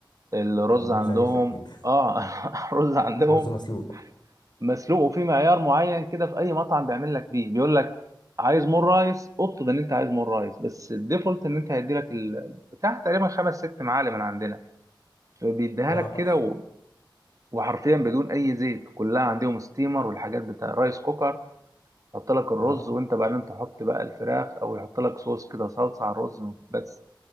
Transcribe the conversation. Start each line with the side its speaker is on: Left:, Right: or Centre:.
Right: الرز
Left: ما عندهمش
Right: عندهم
Left: عيش اكيد
Right: آه <laughs> رز عندهم
Left: <laughs> رز مسلوق
Right: مسلوق وفي معيار معين كده في أي مطعم بيعمل لك بيه بيقول لك عايز مور رايس اطلب ان انت عايز مور رايس بس الديفولت ان انت هيدي لك البتاع تقريبا خمس ست معالق من عندنا فبيديها
Left: اه
Right: لك كده و... وحرفيا بدون اي زيت كلها عندهم ستيمر والحاجات بتاع رايس كوكر يحط لك الرز
Left: <laughs> اه
Right: وانت بعدين تحط بقى الفراخ او يحط لك صوص كده صلصه على الرز بس